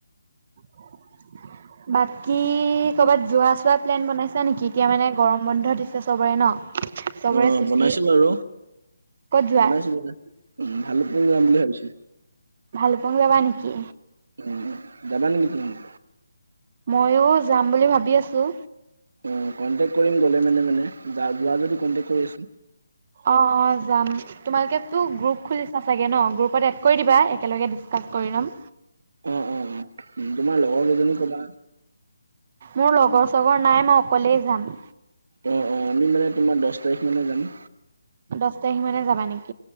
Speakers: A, on the right (about 45°); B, on the right (about 65°).
A: <inaudible> বাকী ক'বাত যোৱা -চোৱা প্লেন বনাইছা নেকি? এতিয়া মানে গৰম বন্ধ দিছে, চবৰে ন। চবৰে
B: অ'হ।
A: ছুটি
B: বনাইছো বাৰু।
A: ক'ত যোৱা
B: বনাইছো-বনাইছো। ভালুকপুং যাম বুলি ভাবিছো।
A: ভালুকপুং যাবা নেকি?
B: উম। যাবা নেকি তুমিও?
A: ময়ো যাম বুলি ভাবি আছোঁ।
B: অ'হ। কণ্টেক্ট কৰিম গ'লে মানে-মানে। যা-যোৱা যদি কণ্টেক্ট কৰি আছো।
A: অ'হ। অ'। যাম। তোমালোকেতো গ্ৰুপ খুলিছা চাগে ন' গ্ৰুপত এড কৰি দিবা একেলগে ডিছকাছ কৰি ল'ম।
B: অ', অ', অ', তোমাৰ লগৰ কেইজনী কবা
A: মোৰ লগৰ চগৰ নাই মই অকলেই যাম।
B: অ', অ', আমি মানে তোমাৰ দহ তাৰিখ মানে যাম।
A: দহ তাৰিখ মানে যাবা নেকি?